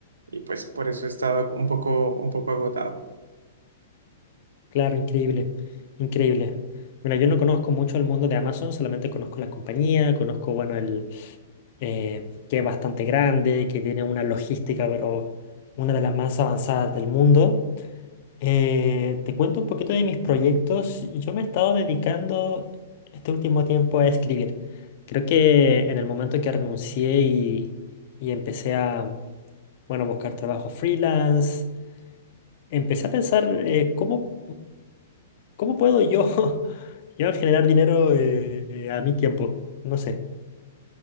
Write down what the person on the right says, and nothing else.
y pues por eso he estado un poco, un poco agotado.